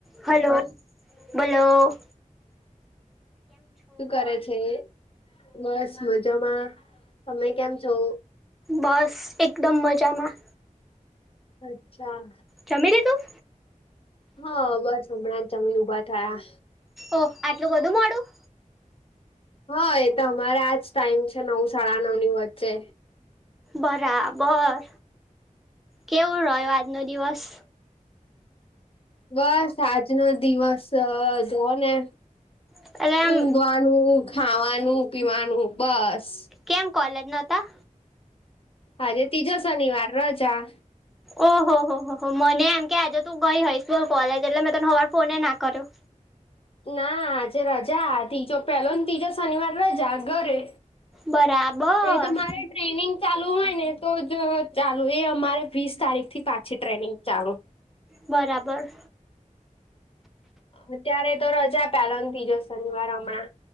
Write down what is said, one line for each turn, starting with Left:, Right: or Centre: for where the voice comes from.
Centre: Hello. બલો.
Left: શું કરે છે બસ મજામાં તમે કેમ છો?
Centre: બસ એકદમ મજામાં.
Left: અચ્છા.
Centre: જમી લીધું.
Left: હા બસ હમણાં જ જમી ને ઉભા થયા.
Centre: ઓ આટલું બધું મોડું
Left: હા એ તો અમારે આજ ટાઈમ છે નવ સાડા નવ ની વચ્ચે
Centre: બરાબર કેવું રહ્યો આજનો દિવસ
Left: બસ આજનો દિવસ જોવ ને.
Centre: એટલે આમ
Left: ઊઘવાનું ખાવાનું પીવાનું બસ.
Centre: કેમ કોલેજ નોતા.
Left: આજે ત્રીજો શનિવાર રજા.
Centre: ઓહો હો હો હો મને એમ કે આજે તું ગઈ હોય સ્કુલ કોલેજ એટલે મેં તને હવાર ફોન એ ના કર્યો.
Left: ના આજે રજા ત્રીજો પેલો ત્રીજો શનિવાર રજા ઘરે.
Centre: બરાબર
Left: એ તો મારે. ટ્રેનિંગ ચાલુ હોય ને તો જ ચાલુ એ અમારે વીસ તારીખ થી પાછી ટ્રેનિંગ ચાલુ
Centre: બરાબર.
Left: અત્યારે તો રજા પેલો તીજો શનિવાર હમણાં